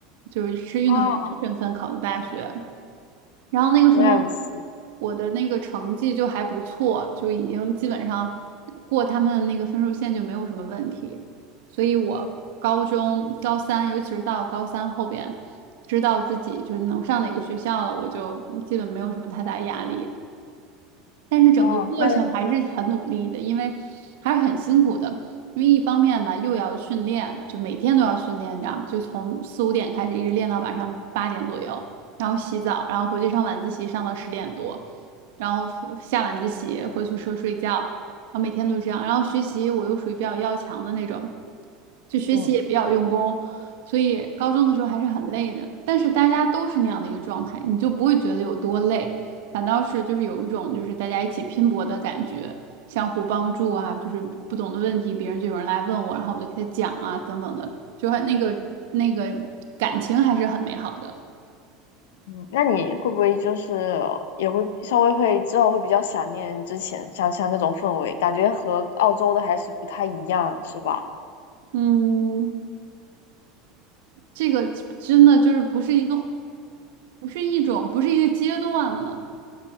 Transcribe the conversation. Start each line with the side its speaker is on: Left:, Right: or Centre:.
Right: 就是是运动员的身份考的大学。
Left: 啊，
Right: 然后那个时候
Left: 原来如此。
Right: 我的那个成绩就还不错，就已经基本上过他们的那个分数线就没有什么问题。所以我高中高三，尤其是到高三后边，知道自己就是能上哪个学校了，我就基本没有什么太大压力。但是整个过程还是很努力的，
Left: 啊。那你
Right: 因为还是很辛苦的。因为一方面吧，又要训练，就每天都要训练，你知道吗？就从四五点开始，一直练到晚上八点左右，然后洗澡，然后回去上晚自习，上到十点多，然后呃下晚自习回宿舍睡觉，然后每天都这样。然后学习我又属于比较要强的那种，就学习也比较用功，
Left: 嗯
Right: 所以高中的时候还是很累的。但是大家都是那样的一个状态，你就不会觉得有多累，反倒是就是有一种就是大家一起拼搏的感觉，相互帮助啊，就是不懂的问题别人就有人来问我，然后我就给他讲啊，等等的，就很那个那个感情还是很美好的。
Left: 嗯，那你会不会就是也会稍微会之后会比较想念之前像像这种氛围，感觉和澳洲的还是不太一样，是吧？
Right: 嗯，这个真的就是不是一个，不是一种，不是一个阶段了。